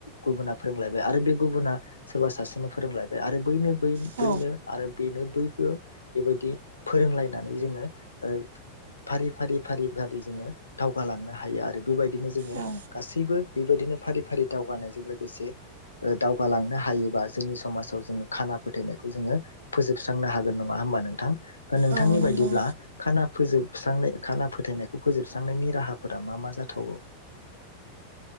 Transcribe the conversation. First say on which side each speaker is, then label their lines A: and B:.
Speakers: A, on the left (about 75°); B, on the right (about 65°).
A: गुबुना फोरोंलायबाय आरो बे गुबुना सोरबा सासेनो फोरोंलायबाय आरो बैनो बै
B: औ
A: बैनो आरो बेनो बै नो बेबायदि फोरोंलायनानै जोङो ओ फारि फारि फारि फारि जोङो दावगालांनो हायो आरो। बेबायदिनो जोङो
B: औ
A: गासैबो बेबायदिनो फारि फारि दावगानायजों लोगोसे ओ दावगालांनो हायोबा जोंनि समाजाव जोङो खाना फोथायनायखौ जोङो फोजोबस्रांनो हागोन। नङा होमबा नोंथां? ओ नोंथांनि
B: औ नंगौ
A: बायदिब्ला खाना फोजोबस्रांनाय खाना फोथायनायखौ फोजोबस्रांनायनि राहाफोरा मा मा जाथावगौ?